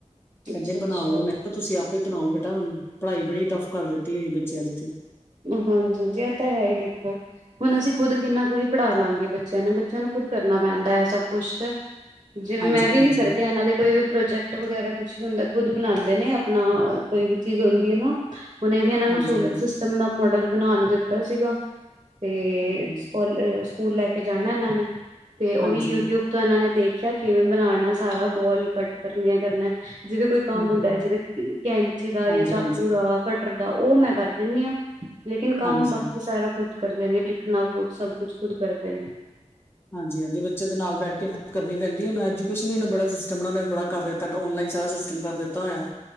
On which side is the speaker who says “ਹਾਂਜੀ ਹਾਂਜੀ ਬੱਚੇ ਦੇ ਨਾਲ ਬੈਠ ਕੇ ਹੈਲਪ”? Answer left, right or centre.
Left